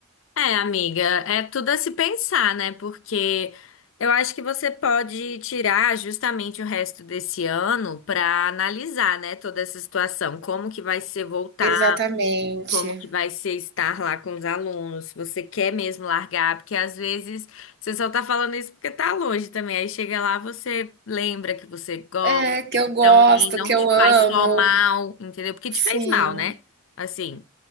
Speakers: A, on the left; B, on the right.
A: É, amiga, é tudo a se pensar, né? Porque eu acho que você pode tirar justamente o resto desse ano para analisar, né, toda essa situação, como que vai ser voltar.
B: Exatamente.
A: como que vai ser estar lá com os alunos, se você quer mesmo largar, porque às vezes você só tá falando isso porque tá longe também. Aí chega lá, você lembra que você gosta,
B: É, que eu
A: que
B: gosto,
A: também não
B: que
A: te
B: eu amo.
A: faz só mal, entendeu? Porque
B: Sim.
A: te fez mal, né? Assim,